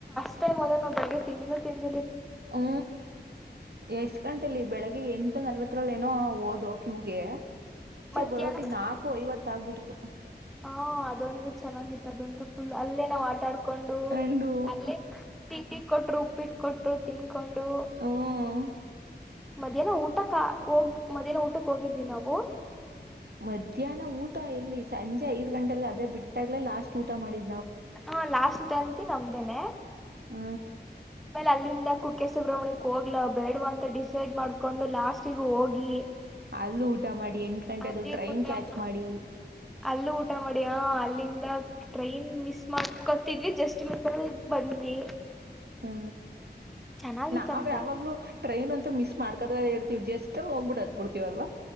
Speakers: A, in the centre; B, on the right (about 65°).
A: ಇನ್ನೇನ್ ಮಾಡೋದು ಮತ್ತೆ ಬೆಳಗ್ಗೆ ತಿಂಡಿನೂ ತಿಂದಿಲ್ಲ
B: ಹೂ ಎಷ್ಟು ಗಂಟೆಲೀ ಬೆಳ ಎಂಟು ನಲ್ವತ್ತು ರಲ್ಲಿ ಏನೋ ಓದೋ ಕ್ಯೂಗೆ
A: ಮಧ್ಯಾಹ್ನ
B: ಬರೋಷ್ಟರಲ್ಲಿ ನಾಲ್ಕು ಐವತ್ತು ಆಗಿತ್ತು
A: ಹೂ ಅದಂತು ಚೆನ್ನಾಗಿತ್ತು ಅದಂತು ಫುಲ್ ಅಲ್ಲೆ ನಾವ್ ಆಟ ಆಡ್ಕೊಂಡು ಕೊಂಡು
B: ಎಂದು
A: ಅಲ್ಲೇ ಟೀ ಕೊಟ್ರು ಇಟ್ ಕೊಟ್ರು ತಿನ್ಕೊಂಡು
B: ಹ್ಮ್
A: ಮಧ್ಯಾಹ್ನ ಊಟಕ್ಕ ಹೋಗ್ ಮಧ್ಯಾನ ಊಟಕ್ಕ ಹೋಗಿದ್ವಿ ನಾವು
B: ಮಧ್ಯಾಹ್ನ ಊಟ ಎಲ್ಲಿ ಸಂಜೆ ಐದು ಗಂಟೆಗೆ ಬಿಟ್ಟಾಗಲೇ ಲಾಸ್ಟ ಊಟ ಮಾಡಿದ್ದು
A: ಹೂ ಲಾಸ್ಟ್ ತಂತಿ ನಮ್ದೇನೇ
B: ಹೂ
A: ಅಲ್ಲಿಂದ ಕುಕ್ಕೆ ಸುಬ್ರಹ್ಮಣ್ಯಕ್ಕೆ ಹೋಗ್ಲಾ ಬೇಡ್ವಾ ಅಂತ ಡಿಸೈಡ್ ಮಾಡಿಕೊಂಡು ಲಾಸ್ಟ್ ಹೋಗಿ
B: ಅಲ್ಲು ಊಟ ಮಾಡಿ ಎಂಟು ಗಂಟೆ
A: ಅಲ್ಲಿ
B: ಆದ್ರೂ ಟ್ರೈನ್
A: ಊಟ
B: ಕ್ಯಾಚ್
A: ಮಾಡ್
B: ಮಾಡಿ
A: ಅಲ್ಲೂ ಊಟ ಮಾಡಿ ಹಾ ಅಲ್ಲಿಂದ ಟ್ರೈನ್ ಮಿಸ್ ಮಾಡ್ಕೊಂತಿದ್ವಿ ಜಸ್ಟ್ ಮಿಸ್ಸಲ್ಲಿ ಬಂದ್ವಿ
B: ಹೂ
A: ಚೆನ್ನಾಗಿತ್ತಂತೆ.
B: ನಾವ್ ಯಾವಾಗಲೂ ಟ್ರೈನು ಮಿಸ್ ಮಾಡ್ಕೊಡ್ತಾನೆ ಇರ್ತೀವಿ ನೀವ್ ಜಸ್ಟ್ ಅಲ್ಲಿ ಹೋಗ್ಬಿಟ್ ಹತ್ತಬಿಡ್ತೀವಿ ಅಲ್ವಾ